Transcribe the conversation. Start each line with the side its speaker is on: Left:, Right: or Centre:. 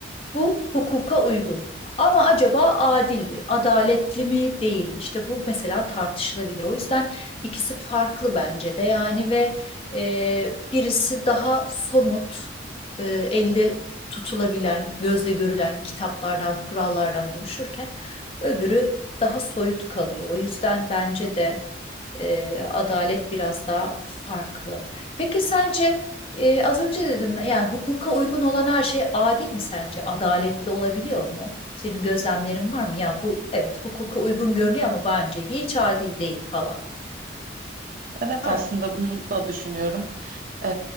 Left: Bu hukuka uygun. Ama acaba adil mi, adaletli mi, değil mi? İşte bu mesela tartışılabilir. O yüzden ikisi farklı bence de yani ve e, birisi daha somut, e, elde tutulabilen, gözle görülen kitaplardan, kurallardan oluşurken öbürü daha soyut kalıyor. O yüzden bence de e, adalet biraz daha farklı. Peki sence e, az önce dedim yani hukuka uygun olan her şey adil mi sence? Adaletli olabiliyor mu? Senin gözlemlerin var mı? Ya bu evet hukuka uygun görünüyor ama bence hiç adil değil falan.
Right: Evet,
Left: Var
Right: aslında
Left: mı?
Right: bunu da düşünüyorum. Ee,